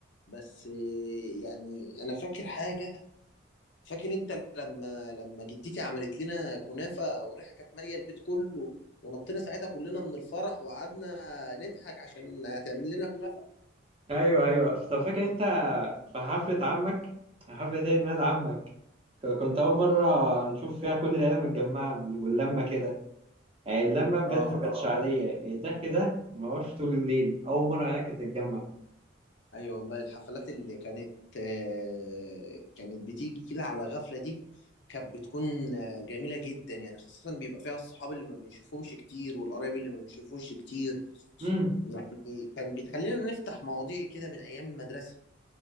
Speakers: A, on the left (about 60°); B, on the right (about 30°).
A: بس آه، يعني انا فاكر حاجة فاكر انت لما لما جدتي عملت لنا كنافة والريحة كانت مالية البيت كله ونطينا ساعتها كلنا من الفرح وقعدنا نضحك عشان هتعمل لنا كنافة
B: ايوه ايوه طب فاكر انت في حفله عمك حفله عيد ميلاد عمك ك- كنت اول مره نشوف فيها كل العيله متجمعه واللمه كده يعني اللمه بجد
A: اه
B: ما كانتش عاديه يعني الضحك ده ما هوش طول الليل اول مره العيله كانت تتجمع
A: ايوه والله الحفلات اللي كانت آه، كانت بتيجي كده على غفلة دي كانت بتكون آه، جميلة جدا يعني خاصة بيبقى فيها الصحاب اللي ما بنشوفهمش كتير والقرايب اللي ما بنشوفوش كتير
B: امم
A: يعني كان بتخلينا نفتح مواضيع كده من ايام المدرسة